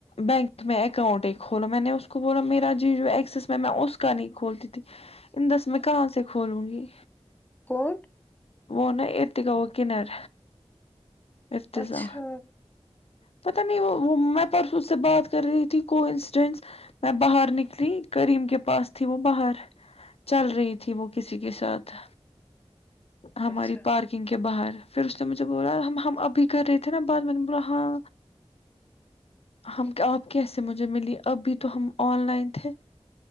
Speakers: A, on the left; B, on the left.
A: بینک میں اکاؤنٹ ہی کھولا میں نے اس کو بولا میرا جی جو ایکسس میں میں اس کا نہیں کھولتی تھی ان دس میں کہاں سے کھولوں گی
B: کون
A: وہ نا ارتکا وہ کنر ارتزا
B: اچھا
A: پتا نہیں وہ میں پرسوں سے بات کر رہی تھی کو انسڈینس میں باہر نکلی کریم کے پاس تھی وہ باہر چل رہی تھی وہ کسی کے ساتھ ہماری
B: اچھا
A: پارکنگ کے باہر پھر اس نے مجھے بولا ہم ہم ابھی کر رہے تھے نا بعد میں نے بولا ہاں ہم کیا آپ کیسے مجھے ملی اب بھی تو ہم آن لائن تھے